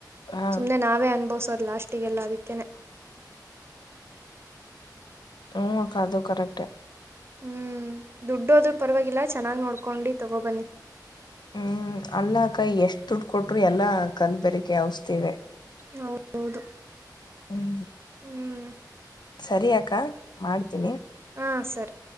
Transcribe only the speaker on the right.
ಸುಮ್ನೆ ನಾವೇ ಅನುಭವ ಸೋಡು ಲಾಸ್ಟಿಗೆಲ್ಲ ಅದಿಕ್ಕೇನೆ.
ಹ್ಮ್ ದುಡ್ಡು ಹೋದ್ರು ಪರವಾಗಿಲ್ಲ ಚೆನ್ನಾಗ್ ನೋಡ್ಕೊಂಡು ತಗೋ ಬನ್ನಿ.
ಹೌದೌದು.
ಹ್ಮ್
ಹ್ಹಾ ಸರಿ.